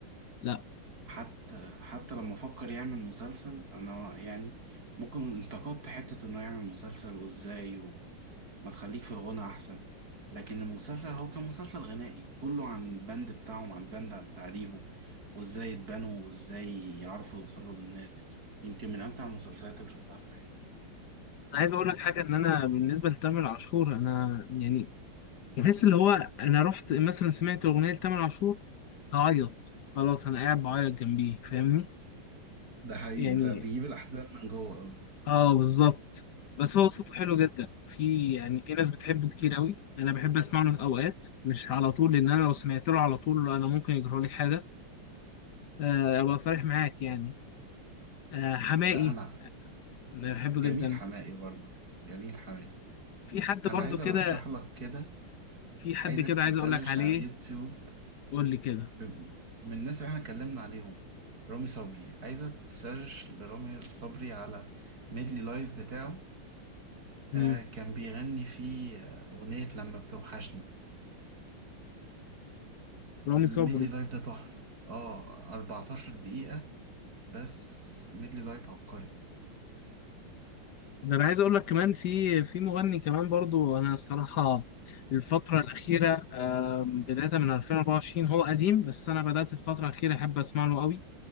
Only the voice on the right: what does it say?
حتى حتى لما فكر يعمل مسلسل انا يعني ممكن انتقدت حتة انه يعمل مسلسل وازاي وما تخليك في الغنى احسن لكن المسلسل هو كان مسلسل غنائي كله عن البند بتاعهم عن البند بتاع ريفو وازاي اتبنوا وازاي يعرفوا يوصلوا للناس يمكن من امتع المسلسلات اللي شفتها في حياتي
ده حقيقي
فبيجيب الأحزان من جوه أوي
لا أنا
جميل
حمائي برضه جميل حمائي
أنا
عايز
أرشح لك كده
عايزك
تسرش
على اليوتيوب
ب... من الناس اللي احنا اتكلمنا عليهم رامي صبري عايزة تسيرش لرامي صبري على ميدلي لايف بتاعه
آه كان بيغني فيه آه، أغنية لما بتوحشني
الميدلي
لايف ده تحفة اه 14 دقيقة بس ميدلي لايف عبقري